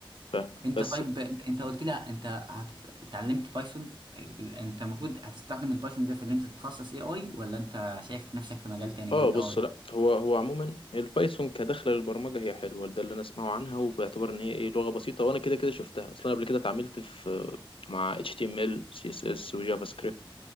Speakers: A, on the left (about 70°); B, on the right (about 55°).
A: فاهم
B: انت
A: بس
B: طيب انت أنت قلت لي انت هت- اتعلمت بايثون ال- انت المفروض هتستخدم البايثون ده في اللي انت تتخصص اي اي ولا انت شايف نفسك في مجال تاني
A: اه
B: غير الاي
A: بص
B: اي
A: لا هو هو عموما البايثون كدخله للبرمجه هي حلوه ده اللي انا اسمعه عنها وباعتبار ان هي ايه لغه بسيطه وانا كده كده شفتها اصلا قبل كده اتعاملت في مع اتش تي ام ال سي اس اس وجافا سكريبت